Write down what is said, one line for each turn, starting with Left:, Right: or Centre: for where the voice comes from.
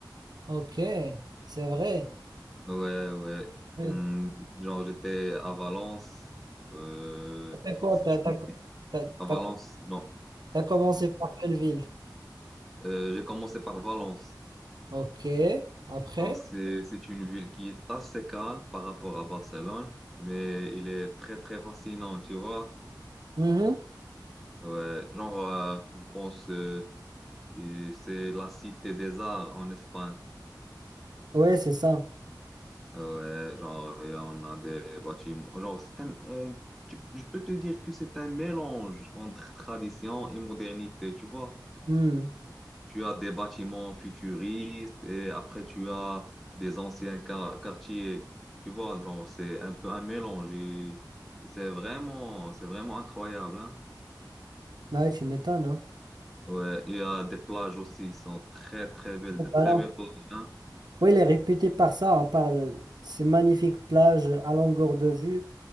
Right: ok, c'est vrai.
Centre: Ouais, ouais. Hmm,
Right: Oui.
Centre: Genre, j'étais à Valence. Euh,
Right: C'est quoi?
Centre: si
Right: T'as,
Centre: tu
Right: t'as-
Centre: me...
Right: t'as-
Centre: À
Right: t'as-
Centre: Valence, non.
Right: t'as commencé par quelle ville?
Centre: Euh, j'ai commencé par Valence.
Right: Ok, après?
Centre: Alors, c'est, c'est une ville qui est assez calme par rapport à Barcelone, mais il est très, très fascinant, tu vois.
Right: Mhm.
Centre: Ouais, genre, euh, je pense euh, et c'est la cité des arts en Espagne.
Right: Ouais, c'est ça.
Centre: Ouais, genre, et on a des bâtiments. Genre, c'est un- on- tu- je peux te dire que c'est un mélange entre tradition et modernité, tu vois.
Right: Hmm.
Centre: tu as des bâtiments futuristes et après tu as des anciens quar- quartiers. Tu vois, genre, c'est un peu un mélange et, et c'est vraiment, c'est vraiment incroyable, hein.
Right: Bah ouais, tu m'étonnes, hein.
Centre: Ouais, il y a des plages aussi, qui sont très très belles, de très
Right: Bah non.
Centre: belles plages, hein.
Right: Oui, il est réputé par ça, hein, par le- ces magnifiques plages à longueur de vue.